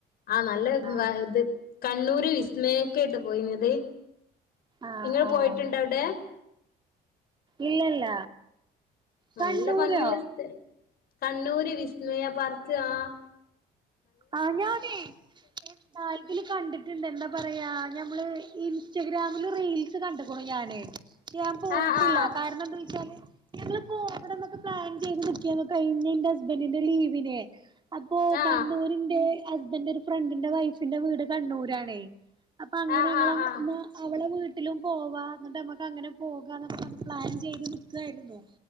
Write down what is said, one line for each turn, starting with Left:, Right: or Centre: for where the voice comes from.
Left: ആഹ് നല്ല
Right: ആഹ്
Left: വ ഇത് കണ്ണൂ ട് വിസ്മയേക്കേട്ടൊ പൊയിനത്
Right: ആഹ്
Left: ഇങ്ങൾ
Right: ആഹ്
Left: പോയിട്ടിണ്ടവ്ടെ.
Right: ഇല്ലല്ല.
Left: നല്ല
Right: കണ്ണൂരോ
Left: ഭംഗിള്ള സ് കണ്ണൂര് വിസ്മയ പാർക്ക് ആഹ്.
Right: ആഹ് ഞാനേ. ആ ഇതില് കണ്ടിട്ടിണ്ട് എന്താ പറയാ ഞമ്മള് ഇൻസ്റ്റഗ്രാമില് റീൽസ് കണ്ടിക്ക്ണു ഞാന്. ഞാൻ പോയ്ട്ടില്ല
Left: ആ ആ
Right: കാര്ണെന്തോയ്ച്ചാല്. ഞങ്ങള് പോവണംന്നൊക്കെ പ്ലാൻ ചെയ്ത് നിക്കെയ്ന്നു കൈഞ്ഞെന്റെ ഹസ്ബന്റിന്റെ ലീവിന്. അപ്പോ
Left: ആ
Right: കണ്ണൂരിന്റെ ഹസ്ബന്റെ ഒരു ഫ്രണ്ടിന്റെ വൈഫിന്റെ വീട് കണ്ണൂരാണേ. അപ്പൊ അങ്ങനെ
Left: ആ
Right: ഞങ്ങള്
Left: ആ ആ
Right: ന്നാ അവളെ വീട്ടിലും പോവാ ഇന്നിട്ടമ്മക്ക് അങ്ങനെ പോകാന്നൊക്കെ പർഞ്ഞ് പ്ലാൻ ചെയ്ത് നിക്കായ്ര്ന്നു.